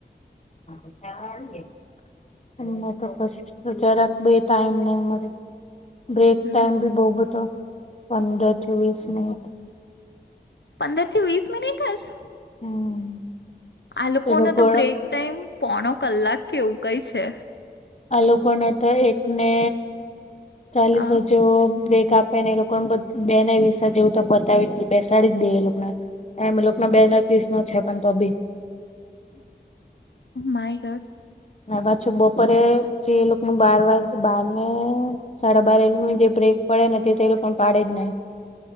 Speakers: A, on the left (about 40°); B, on the left (about 80°).
A: <unintelligible> એમને તો કશુ, જરાક બી ટાઈમ નહી મળે. બ્રેક
B: હમ.
A: ટાઈમ બી બહુ બધો પંદર થી વીસ મિનિટ.
B: પંદર થી વીસ મિનિટ જ!
A: હમ.
B: આ લોકોનો
A: એ લોકો
B: તો બ્રેક ટાઈમ પોણો કલાક કે એવું કઈ છે.
A: આ લોકોને તો એકને ચાલીસ
B: હ
A: હજો બ્રેક આપ પને એ લોકોને બધ બે ને વિસે જેવું તો પતાવી. બેસાડી જ દે એ લોકોને. એમ લોકો ન બે ને ત્રીસ નો છે. પણ તો બી.
B: My God.
A: ને પાછું બપોરે જે એ લોકોનુ બાર વાગે બાર ને. સાડા બાર એ જે બ્રેક પડે ને તે તો એ લોકો ને પાડે જ નહી.